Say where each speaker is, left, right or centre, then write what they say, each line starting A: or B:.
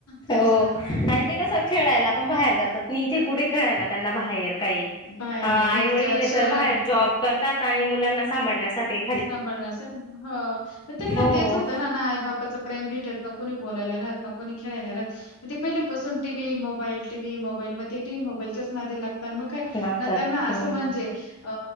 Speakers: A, on the left; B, on the left.
A: तेच
B: हो
A: तर
B: आणि ते कसं खेळायला पण बाहेर जातात नाही इथे कुठे खेळायला त्यांना बाहेर काही
A: बाहेर
B: आई
A: नाही हि
B: वडील
A: शहरात
B: तर बाहेर जॉब करतात आणि मुलांना सांभण्यासाठी
A: सांभाळण्यासाठी ह मग त्यांना
B: हो
A: तेच होतं ना ना आई बापाच प्रेम भेटत न क कोणी बोलायला राहात न कोणी खेळायला राहत. म ते पहिल्यापासून टीव्ही, मोबाईल, टीव्ही, मोबाईल मग ते टीव्ही मोबाईलच नादी लागतात म का
B: लागतात
A: त्यांना असं
B: हम्म
A: म्हणजे अ